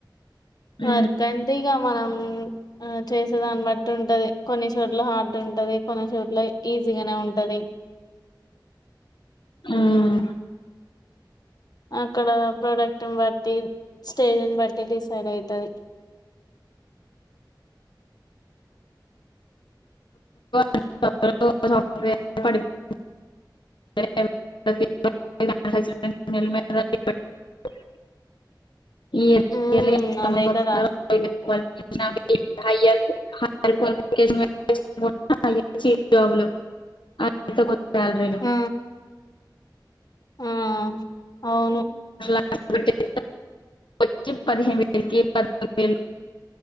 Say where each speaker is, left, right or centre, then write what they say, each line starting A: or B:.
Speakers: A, on the left; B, on the left.
A: జాబ్
B: వర్క్ అంటె ఇగ మనం ఆ చేసే దాన్ బట్టి ఉంటది, కొన్ని చోట్ల హార్డ్ ఉంటది, కొన్ని చోట్ల ఈజీగానే ఉంటది.
A: ఉమ్
B: అక్కడ ప్రొడక్ట్న్, బట్టి స్టేజ్ ని బట్టి డిసైడ్ అయితది.
A: <unintelligible> <unintelligible>
B: ఉమ్ అదే
A: <unintelligible>
B: కదా
A: అ <unintelligible> జాబ్లు <unintelligible> శాలరీలు
B: ఆ ఆ అవును.
A: <unintelligible> వచ్చె పదిహేన్ వేల